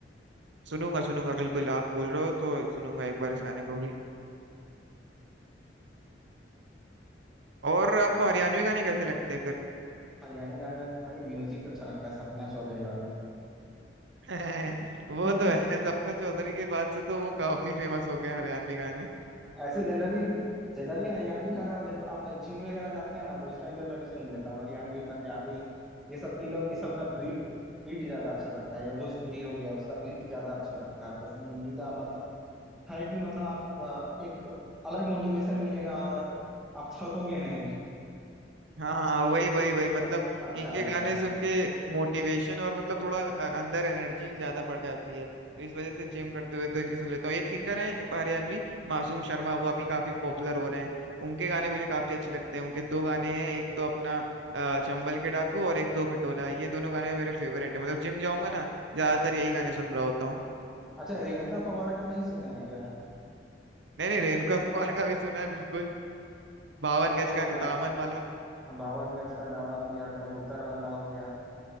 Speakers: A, on the right; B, in the centre.
A: सुनूंगा सुनूंगा बिल्कुल आप बोल रहे हो तो सुनूंगा एक बार इस गाने को भी और आपको हरियाणवी गाने कैसे लगते हैं फिर
B: हरियाणा गाने में भाई म्यूजिक अच्छा लगता है सपना चौधरी वाला
A: <laughs> वो
B: <laughs>
A: तो है सपना चौधरी के बाद से तो वो काफी फेमस हो गए हैं हरियाणवी गाने
B: ऐसे जनरली जनरली हरियाणवी गाना जब आप जिम वगैरह जाते हैं ना तो उस टाइम पे मैं भी सुन लेता हूँ हरियाणवी पंजाबी ये सब इन लोग इस सब का बीट बीट ज्यादा अच्छा लगता है या भोजपुरी हो गया उसका बीट ज्यादा अच्छा लगता है पसंदीदा मतलब है कि मतलब आप अ, एक अलग मोटिवेशन मिलेगा और आप थकोगे नहीं
A: हाँ हाँ वही
B: जब
A: वही
B: म्यूजिक
A: वही मतलब
B: अच्छा
A: इनके
B: रहता
A: गाने
B: था
A: सुन के मोटिवेशन और मतलब थोड़ा अ, अंदर एनर्जी ज्यादा बढ़ जाती है तो इस वजह से जिम करते हुए तो इनके सुन लेता हूँ एक सिंगर है हरियाणवी मासूम शर्मा वो अभी काफी पॉपुलर हो रहे हैं उनके गाने मुझे काफी अच्छे लगते हैं उनके दो गाने हैं एक तो अपना अ, चंबल के डाकू और एक दो खटोला ये दोनों गाने मेरे फेवरेट है मतलब जिम जाऊंगा ना ज्यादातर यही गाने सुन रहा होता हूँ
B: अच्छा रेणुका पवार का नहीं सुने हैं क्या
A: नहीं नहीं रेणुका कपूर का भी सुना है बिल्कुल बावन
B: क्या
A: गज
B: मजेदार
A: का दामन वाला
B: हाँ, बावन गज का दामन हो गया कबूतर वाला हो गया